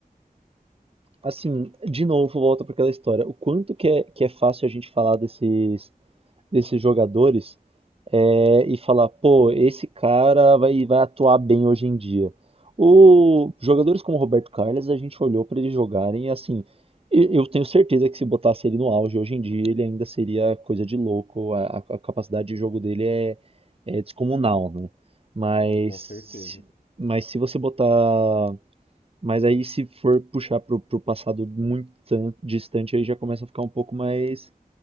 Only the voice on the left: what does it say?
Não, com certeza.